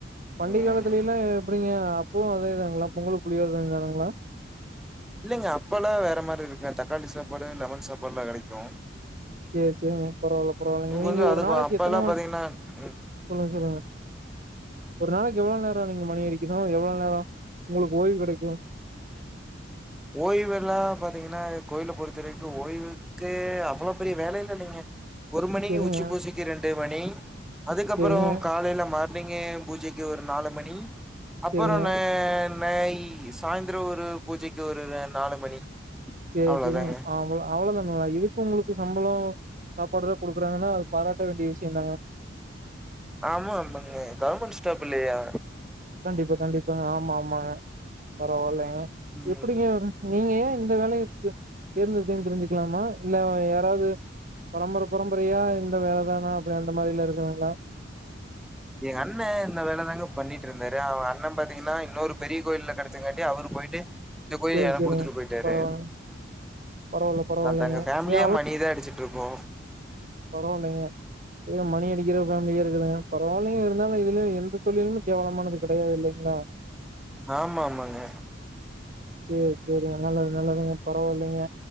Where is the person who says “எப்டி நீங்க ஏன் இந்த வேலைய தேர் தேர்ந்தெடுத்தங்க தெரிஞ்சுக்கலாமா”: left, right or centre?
Right